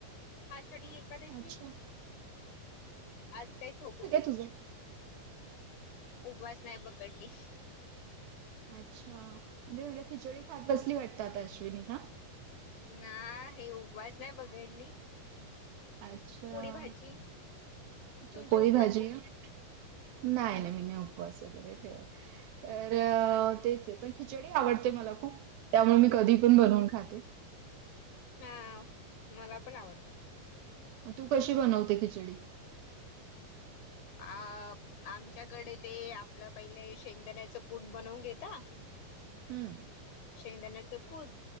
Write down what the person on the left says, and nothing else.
आषाढी एक दशी
आज काही झोपलं
उपवास नाही पकडली.
नाही हे उपवास ना फ टेंडली
पुरी भाजी.
तुमचे
उपवास
आहे?
हा काय
हा. मला पण आवडते.
आ आमच्याकडे ते आपलं पहिले शेंगदाण्याचं कूट बनवून घेता.
शेंगदाण्याचं कूट